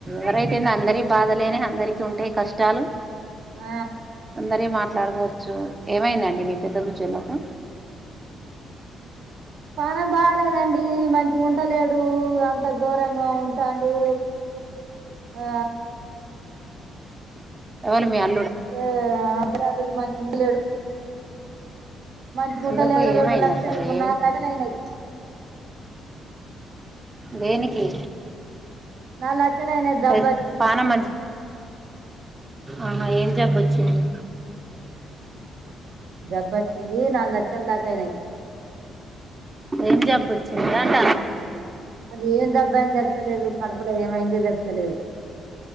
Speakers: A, on the right (about 20°); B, on the right (about 65°).
A: ఎవరైతేనే అందరి బాధలేనే అందరికి ఉంటాయ్ కష్టాలు
B: ఆ
A: అందరి మాట్లాడుకోవచ్చు ఏమైందండి మీ పెద్ద గుజ్జులకు
B: పానం బాలేదండి మంచిగా ఉంటలేడు అంత ఘోరంగా ఉంటాడు ఆ
A: ఎవలి మీ అ
B: <unintelligible> లది మంచిగా ఉండలేడు మంచిగుంట
A: ఎందుకు
B: లేడు
A: ఏమైంది
B: రెండు లక్షలు
A: అసలు ఏం
B: నాలుగు లక్షలు అయినాయి
A: దేనికి
B: నా లచ్చలైనై జబ్బాచ్చి
A: ఏ, పానం మంచి ఆహా ఏం జబ్బు వచ్చింది
B: జబ్బు వచ్చింది నాలుగు లక్షల దాకా అయినాయ్
A: ఏం జబ్బు వచ్చింది అట
B: అది ఏం జబ్బని చెప్తలేదు కడపులో ఏమైంది చెప్తలేదు